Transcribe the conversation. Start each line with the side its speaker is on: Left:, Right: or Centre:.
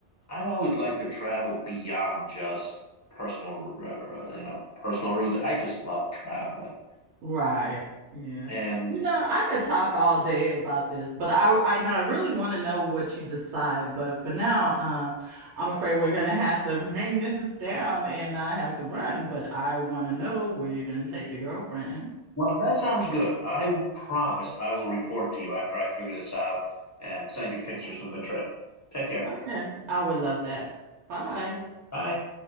Left: I've always liked to travel beyond just personal, uh, uh, you know, personal routes. I just love traveling,
Right: Right. Yeah.
Left: and
Right: You know, I could talk all day about this, but I I, and I really want to know what you decide. But for now, um, I'm afraid we're gonna have to <laughs> bring this down and I have to run, but I want to know where you're gonna take your girlfriend.
Left: well, that sounds good. I promise I will report to you after I figure this out and send you pictures from the trip. Take care.
Right: Okay. I would love that. Bye.
Left: Bye.